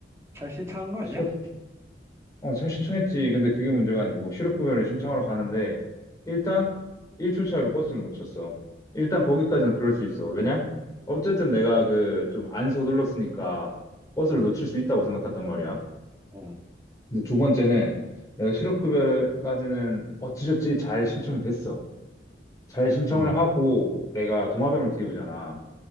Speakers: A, on the right; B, on the left.
A: 잘 신청한 거 아니야?
B: 실업, 어, 잘 신청했지. 근데 그게 문제가 아니고, 실업급여를 신청하러 가는데, 일단 1초 차이로 버스를 놓쳤어. 일단 거기까지는 그럴 수 있어. 왜냐? 어쨌든 내가 그 좀 안 서둘렀으니까 버스를
A: 응,
B: 놓칠 수 있다고 생각했단 말이야.
A: 응,
B: 근데 두 번째는 내가 실업급여까지는 어찌저찌 잘 신청이 됐어. 잘 신청을
A: 응.
B: 하고 내가 도마뱀을 키우잖아.